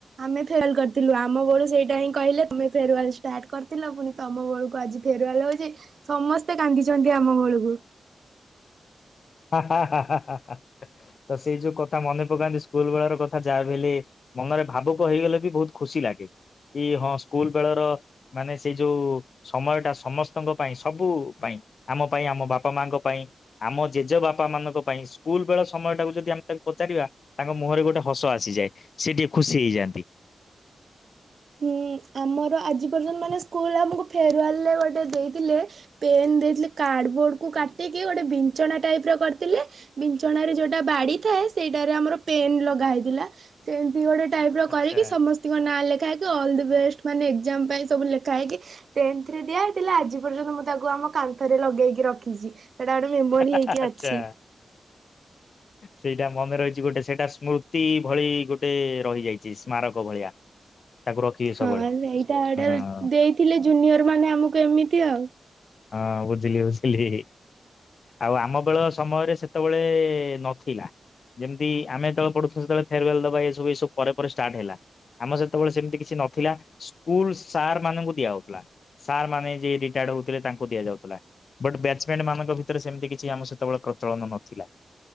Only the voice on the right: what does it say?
ଆମେ ଫେଲ୍ କରିଥିଲୁ ଆ ମ ବୋଳୁ ସେଇଟା ହିଁ କହିଲେ ତୁମେ ଫେରୁୱଲ ଷ୍ଟାର୍ଟ କରିଥିଲ ପୁଣି ତମ ବେଳକୁ ଆଜି ଫେରୁୱଲ ହଉଚି ସମସ୍ତେ କାନ୍ଦିଛନ୍ତି ଆମ ବଳକୁ।
ହୁଁ ଆମର ଆଜି ପର୍ଯ୍ୟନ୍ତ ମାନେ ସ୍କୁଲ ଆମକୁ ଫେରୁୱେଲ ରେ ଗୋଟେ ଦେଇଥିଲେ ପେନ୍ ଦେଇଥିଲେ କାର୍ଡବୋର୍ଡ କୁ କାଟିକି ଗୋଟେ ବିଞ୍ଛଣା ଟାଇପ ର କରିଥିଲେ ବିଞ୍ଛଣା ରେ ଯୋଉଟା ବାଡି ଥାଏ ସେଇଟାରେ ଆମର ପେନ୍ ଲଗା ହେଇଥିଲା ସେଏଁତି ଗୋଟେ ଟାଇପ ର
କରିକି ସମସ୍ତଙ୍କ ନାଁ ଲେଖା ହେଇ ତ ଅଲ୍ ଦ ବେଷ୍ଟ ମାନେ ଏକ୍ଜାମ ପାଇଁ ସବୁ ଲେଖା ହେଇକି ଟେନ୍ଥ ରେ ଦିଆହେଇଥିଲା ଆଜି ପର୍ଯ୍ୟନ୍ତ ମୁଁ ତାକୁ ଆମ କାନ୍ଥରେ ଲଗେଇକି ରଖିଛି। ସେଟା ଗୋଟେ ମେମୋରି
ହେଇକି
ଅଛି।
ହଁ ସେଇଟା ଗୋଟେ
ଦେଇଥିଲେ ଜୁନିୟର ମାନେ ଆମକୁ ଏମିତି ଆଉ।